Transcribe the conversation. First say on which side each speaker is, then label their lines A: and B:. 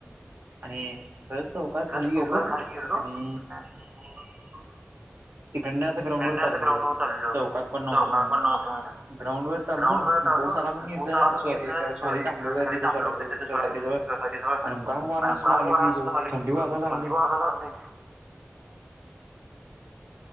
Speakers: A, on the right; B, on the right.
A: आणि सहज चौकात खाली.. गेलो
B: हो खाली गेलो..
A: आणि..
B: आणि
A: ह... तिकंड असं ग्राउंड
B: दंड
A: वर
B: असं
A: चाललो
B: ग्राउंड वर चाललेलो
A: चौकात कोण नव्हतो
B: चौकात
A: म्हणून
B: कोण नव्हतं
A: ग्राउंड वर चालो
B: ग्राउंड
A: आणि
B: वर चालू
A: पाऊस आला म्हणून
B: पाऊस आला इथं
A: एक
B: स्व-
A: खाली थांबलो
B: एक
A: ग
B: खाली थांबलो
A: सोसायटी
B: होतो तिथे
A: जवळ
B: सोसायटीजवळ
A: आणि गार वारा
B: आणि
A: असला..
B: गार
A: आला
B: वारा
A: की
B: असला आली की
A: थंडी वाजायला..
B: थंडी
A: लागले
B: वाजायला लागली..